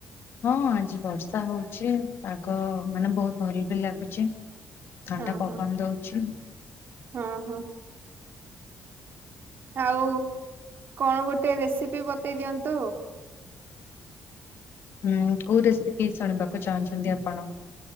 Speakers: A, on the left (about 65°); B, on the right (about 60°).
A: ହଁ ଆଜି ବର୍ଷା ହଉଛି, ପାଗ ମାନେ ବହୁତ ଭଲ ବି ଲାଗୁଛି। ଥଣ୍ଡା
B: ହଁ
A: ପବନ
B: ହଁ
A: ଦଉଛି।
B: ହଁ ହଁ। ଆଉ କଣ ଗୋଟେ ରେସିପି ବତେଇ ଦିଅନ୍ତୁ।
A: ହୁଁ କୋଉ ରେସିପି ଶୁଣିବାକୁ ଚାହୁଁଛନ୍ତି ଆପଣ?